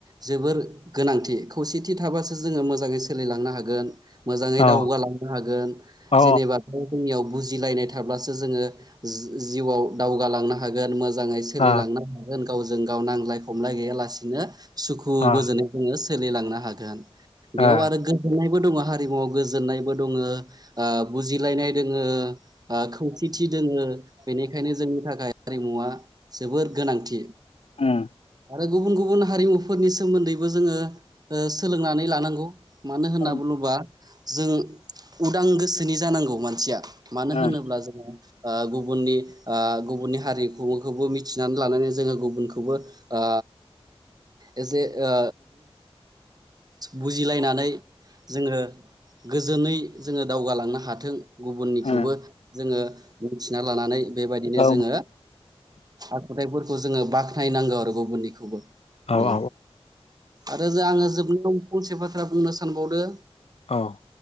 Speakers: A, on the right; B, on the left.
A: जोबोर गोनांथि खौसेथि थाबासो जोङो मोजाङै सोलिलांनो हागोन मोजाङै
B: ओ
A: दावगालांनो हागोन
B: ओ औ
A: जेनेबा जोंनियाव बुजिलायनाय थाब्लासो जोङो जिउआव दावगालांनो हागोन मोजाङै सोलिलांनो
B: औ
A: हागोन गावजों गाव नांजलाय खमलाय गैयालासिनो सुखु
B: अ
A: गोजोनै जोङो सोलिलांनो हागोन
B: अ
A: बेयाव
B: ओ
A: आरो बयबो हारिमुआव गोजोननायबो दङो ओ‌ बुजिलायनाय ओ ओ खौसेथि दोंङो बेनिखायनो जोंनि थाखाय हारिमुवा जोबोर गोनांथि।
B: उम
A: आरो गुबुन गुबुन हारिमुफोरनि सोमोन्दैबो जोङो ओ सोलोंनानै लानांगौ। मानो होनना
B: उम
A: बुङोबा जों उदां गोसोनि जानांगौ मानसिया मानो
B: उम
A: होनोब्ला जोङो ओ गुबुननि ओ गुबुननि हारिमुखौबो मिथिनानै लानानै जोङो गुबुनखौबो ओ एसे ओ‌ बुजिलायनानै जोङो गोजोनै जोङो दावगालांनो हाथों। गुबुननिखौबो
B: उम
A: जोङो मिथिना लानानै बेबायदिनो
B: औ
A: जोङो आखुथायाइफोरखौ जोङो बाख्नाय नांगौ आरो गुबुननिखौबो। नोंङो
B: औ
A: आरो जा आङो जोबनायाव फंसे बाथ्रा बुंनो सानबावदो
B: औ